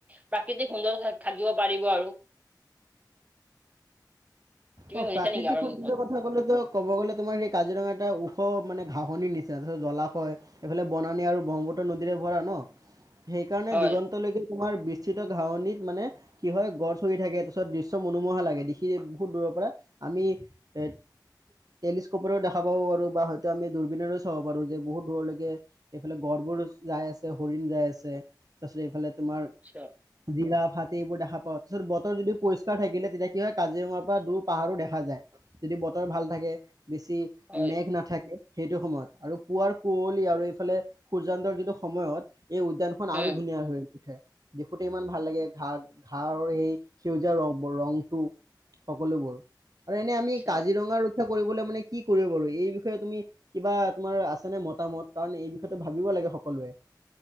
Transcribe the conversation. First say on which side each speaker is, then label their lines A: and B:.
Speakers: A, on the right; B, on the right.
A: প্ৰাকৃতিক সুন্দৰ থাকিব। পাৰিব আৰু। তুমি
B: অ',
A: শুনিছা
B: প্ৰাকৃতিক
A: নেকি আমাৰ
B: সৌন্দৰ্য
A: মুখত?
B: কথা ক'লেতো ক'ব গ'লে তোমাৰ সেই কাজিৰঙা এটা ওখ মানে, ঘাঁহনিৰ নিচিনা তাৰপিছত জলাশয় এইফালে বনানী আৰু ব্ৰহ্মপত্ৰ নদীৰে নোৱাৰি সেইকাৰণে
A: হয়,
B: দিগন্তে তোমাৰ বিস্ত ঘনিত মানে কি হয় গ <unintelligible> থাকে, তাৰপিছত দৃশ্য মনোমোহা লাগে, দেখি বহুত দূৰ আমি এ টেলিস্কপৰো দেখা পাব পাৰো বা আমি দুৰ্বীনেৰেও চাব পাৰো যে বহুত দূৰলৈকে এইফালে গড়বোৰ যাই আছে হৰিণ যাই আছে তাৰপিছত এইফালে তোমাৰ
A: চিয়ৰ।
B: জিৰা এইবোৰ দেখা পাওঁ তাৰছত বতৰ যদি পৰিষ্কাৰ থাকে তেতিয়া কি হয় কাজিৰঙাৰ পৰা দূৰ দেখা যায় যদি বতৰ ভাল থাকে বেছি
A: হয়,
B: মেঘ নাথাকে সেইটো সময়ত আৰু পুৱাৰ কুঁৱলী আৰু এইফালে সূৰ্যান্তৰ যিটো সময়ত এই উদ্যানখন
A: উম,
B: আৰু ধুনীয়া হয়। উঠে দেখোতে ইমান ভাল লাগে ঘাঁ ঘৰ সেই সেউজীয়া ৰং ৰংটো সকলোবোৰ আৰু এনে আমি
A: আচ্ছা,
B: কাজিৰঙা ৰক্ষা কৰিবলৈ মানে কি কৰিব বাৰু এই বিষয়ে তুমি কিবা তোমাৰ আছে নে মতামত কাৰণ এই বিষয়েটো ভাবিব লাগে সকলোৱে